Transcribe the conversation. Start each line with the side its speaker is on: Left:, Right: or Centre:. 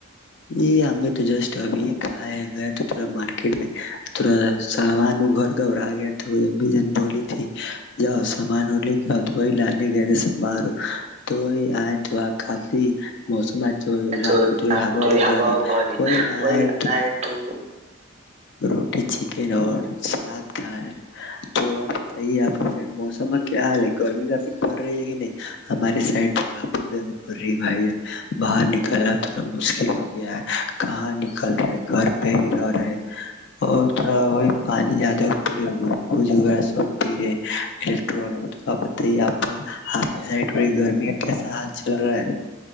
Left: یہ ہمیں تو جسٹ ابھی یہ کھایا ہے گیا تو تھوڑا مارکیٹ میں تھوڑا سامان وہ گھر گھبورا گیا تو وہ ا بھی جن بولی جا سے سامان لے کے تو وہی لانے گئے تھے سار تو آئے تو کافی موسمات تو
Right: تو
Left: رات تھوڑی ہوا
Right: کو جو ہب
Left: بڑی
Right: پ
Left: وہی
Right: وہ
Left: آئے
Right: تو
Left: روٹی چکن اور سلاد کھائیں تو تو اور بتائیے آپ کے سائڈ موسم کیا حال ہے گرمی کافی پڑ رہی ہے کہ نہیں ہماری سائڈ تو کافی گرمی پڑ رہی بھائی باہر نک کہنا تھوڑا مشکل ہو گیا ہے کہاں نکل رہے گھر پہ ہی ے اور تھوڑا وہی پانی زیادہ پ رہے وغہ سب پی رہے الیکٹر تو آپ بتائیے آپٹی گرمی کیسا حال چل رہا ہے